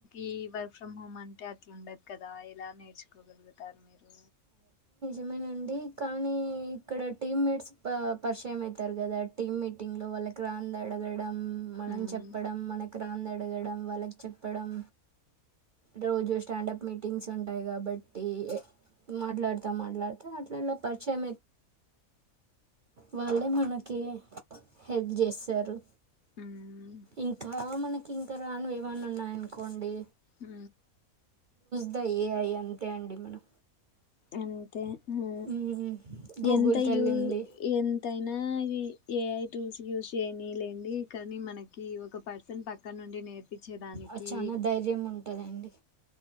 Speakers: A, on the left; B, on the right.
A: ఈ వర్క్ ఫ్రమ్ హోమ్ అంటే అట్ల ఉండదు కదా దా ఎలా నేర్చుకోగలుగుతారు మీరు
B: నిజమే అండి కానీ ఇక్కడ టీమ్ మీట్స్ పరిచయం అయితారు కదా టీమ్ మీటింగ్ లో వాళ్ళ వాళ్ళకి రానిధి అడగడం మనం
A: ఉమ్
B: చెప్పడం మనకి రానిది అడగడం వాళ్ళకి చెప్పడం రోజు స్టాండప్ మీట్ టింగ్స్ ఉంటాయి కాబట్టి మాట్లాడుతా మాట్లాడుతా అట్లల్లో పరిచయం వాళ్ళే మనకి హెల్ప్ చేస్తారు
A: ఉమ్
B: ఇంకా మనకి కి ఇంకా రానీవీ ఏమన్న ఉన్నాయి అనుకోండి
A: ఊ
B: అంత ఏ ఐ అంతే అండి మనం
A: అంతే హూ
B: మ్మ్ గూగుల్
A: ఎంతయూ
B: తల్లి ఉంది
A: ఎంత నా ఏఐ టూల్స్ యూజ చేయని లేండి కానీ మనకి ఒక పర్సన్ పక్కన నుండి నే నేర్పించే దానికి
B: అది చానా ధైర్యం ఉంటదండి